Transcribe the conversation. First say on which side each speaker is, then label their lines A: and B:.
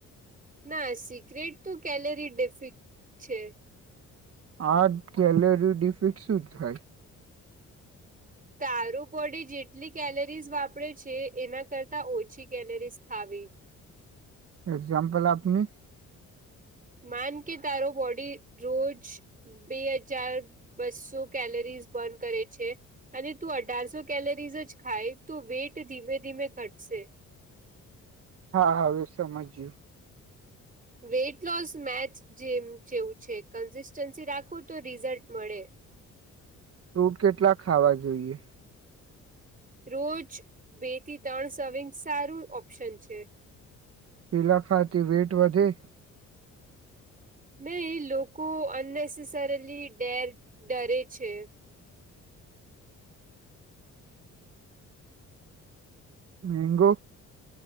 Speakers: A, on the right; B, on the right.
A: ના સિક્રેટ તો કેલરી ડેફિક છે.
B: આર્ટ ગેલરી ડિફિટ શું થાય.
A: તાર બોડી જેટલી કેલરીઝ વાપરે છે એના કરતા ઓછી કેલરીઝ ખાવી
B: એક્ઝામપલ આપની
A: માન કે તારો બોડી રોજ બે હજાર બસ્સો કેલરીઝ બર્ન કરે છે. અને તું અઢારસો કેલરીઝ જ ખાય તો વેટ ધીમે ધીમે ઘટશે
B: હા હાવે સમજજું
A: વેઇટ લોસ મેચ જેમ જેવું છે કન્સિસ્ટન્સી રાખો તો રિઝલ્ટ મળે
B: ફ્રૂટ કેટલા ખાવા જોઈએ
A: રોજ બે થી ત્રણ સર્વિંગ સારું ઓપ્શન છે.
B: પિલાખાથી વેટ વધે
A: ન લોકો અનનેસેસરીલી ડેર ડરે છે. <inaudible>
B: મેંગો